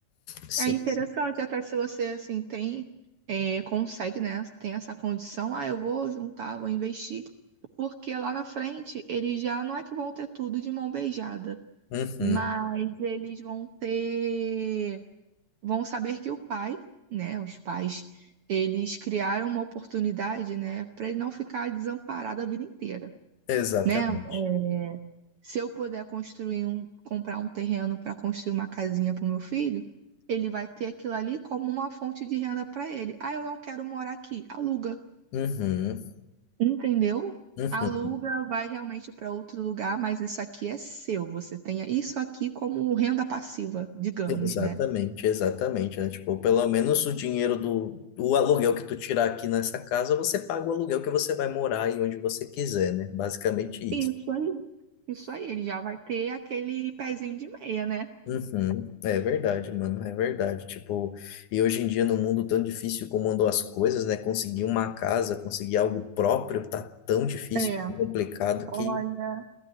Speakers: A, on the left; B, on the right.
A: Sim.
B: É interessante,
A: sim.
B: até se você assim tem, é, consegue, né? Tem essa condição, ah, eu vou juntar, vou investir. Porque lá na frente eles já não é que vão ter tudo de mão beijada,
A: Uhum.
B: mas eles vão ter vão saber que o pai, né, os pais, eles criaram uma oportunidade, né, para ele não ficar desamparado a vida inteira,
A: Exatamente.
B: né? É, se eu puder construir um, comprar um terreno para construir uma casinha para o meu filho, ele vai ter aquilo ali como uma fonte de renda para ele. Ah, eu não quero morar aqui, aluga,
A: Uhum,
B: entendeu?
A: uhum.
B: Aluga, vai realmente para outro lugar, mas isso aqui é seu. Você tem isso aqui como renda passiva, digamos,
A: Exatamente,
B: né?
A: exatamente, né? Tipo, pelo menos o dinheiro do, do aluguel que tu tirar aqui nessa casa, você paga o aluguel que você vai morar e onde você quiser, né? Basicamente isso.
B: Isso aí. Isso aí, ele já vai ter aquele pezinho de meia, né?
A: Uhum, é verdade, mano, é verdade. Tipo, e hoje em dia, num mundo tão difícil como andam as coisas, né? Conseguir uma casa, conseguir algo próprio, tá tão difícil,
B: É,
A: tão complicado
B: olha,
A: que,